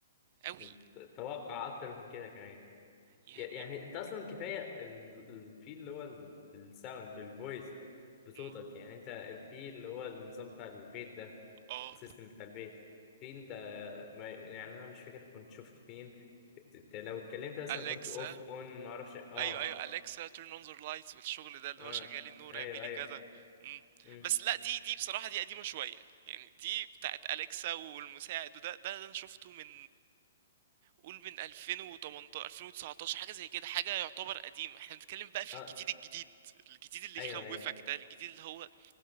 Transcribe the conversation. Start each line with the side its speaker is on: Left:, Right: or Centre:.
Right: قوي
Left: انت توقع اكتر من كده كمان
Right: يعني
Left: ي- يعني انت اصلا كفايه ال- ال- في اللي هو ال- الساوند بالفويس بصوتك
Right: م- م-
Left: يعني انت في اللي هو النظام بتاع البيت ده
Right: اه
Left: السيستم بتاع البيت في انت ما- يعني انا مش فاكر كنت شفت فين ت- ت- لو اتكلمت مثلا
Right: أليكسا
Left: قلت اوف اون ما اعرفش اه
Right: ايوه ايوه اليكسا تيرن اون ذا لايتس والشغل ده اللي
Left: اه
Right: هو شغالي النور
Left: ايوه
Right: اعملي
Left: ايوه
Right: كذا مم.
Left: امم
Right: بس لا دي دي بصراحه دي قديمه شويه يعني دي بتاعت اليكسا والمساعد وده ده, ده انا شفته من قول من 2018 2019 حاجه زي كده حاجه يعتبر قديمه احنا بنتكلم بقى في
Left: اه
Right: الجديد الجديد الجديد اللي
Left: ايوه
Right: يخوفك
Left: ايوه
Right: ده الجديد اللي هو